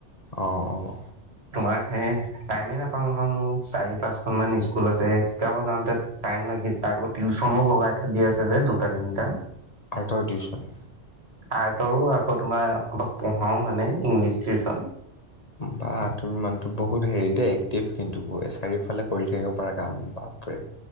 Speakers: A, on the left (about 35°); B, on the right (about 60°).
A: অ অ।
B: তোমাৰ সে টাইমে নাপাওঁ নহয় মো। চাৰি পাঁচখন মান স্কুল আছে শিকাব যাওঁতে টাইম লাগিছে আকৌ টিউচনো লগাই থৈ দিয়া আছে যে দুটা তিনটা।
A: আৰ্টৰ টিউশ্যন।
B: আৰ্টৰো আকৌ তোমাৰ অলপ পঢ়াও মানে ইংলিছ টিউচন।
A: বা তুমি মানুহতো বহুত হেৰি দেই এক্টিভ কিন্তু চাৰিওফালে কৰি থাকিব পাৰা কাম বাপৰে।